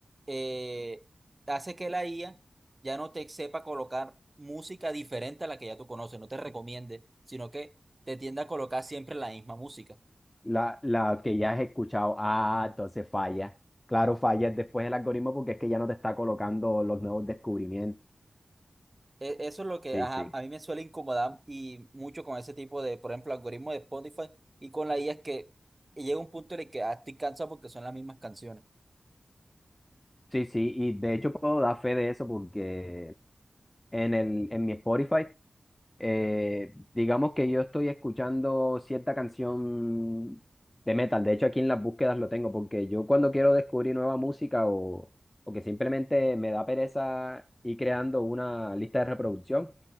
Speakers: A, on the right; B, on the left.
A: eh, hace que la IA ya no te sepa colocar música diferente a la que ya tú conoces, no te recomiende, sino que te tiende a colocar siempre la misma música.
B: La, la que ya has escuchado, ah, entonces falla. Claro, falla después el algoritmo porque es que ya no te está colocando los nuevos descubrimientos.
A: E- Eso es lo que
B: Sí,
A: ajá,
B: sí.
A: a mí me suele incomodar y mucho con ese tipo de, por ejemplo, algoritmo de Spotify y con la IA es que llega un punto en el que ah, estoy cansado porque son las mismas canciones.
B: Sí, sí, y de hecho puedo dar fe de eso porque en el, en mi Spotify. eh, digamos que yo estoy escuchando cierta canción de metal. De hecho, aquí en las búsquedas lo tengo, porque yo cuando quiero descubrir nueva música o, o que simplemente me da pereza ir creando una lista de reproducción,